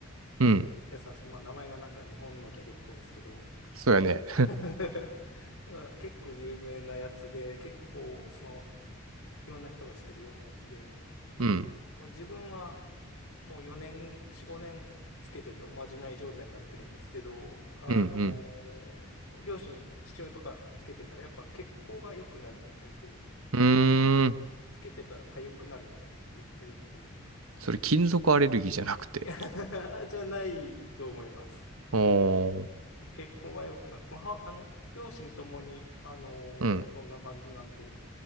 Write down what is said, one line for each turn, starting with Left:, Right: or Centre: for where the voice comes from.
Right: うん。
Left: やつなんですけど、まあ名前がなんか日本のギャグっぽいんですけど、
Right: そうやね。
Left: <laughs> なんか結構有名なやつで、結構その、いろんな人がしてるようなやつで、
Right: うん、
Left: もう自分はもう4年、4、5年つけてておまじない状態になってるんですけど、あの
Right: うん、
Left: ー両親、父親とかつけてたらやっぱ血行が良くなるみたいで、
Right: うん。うーん。
Left: つけてたら痒くなるみたいな言ってるんで、
Right: それ金属アレルギーじゃなくて。
Left: いや <laughs> じゃないと思います。
Right: おー、
Left: 血行が良くなって、まあ、はあの、両親ともに、あのーそんな感じなんで、
Right: うん、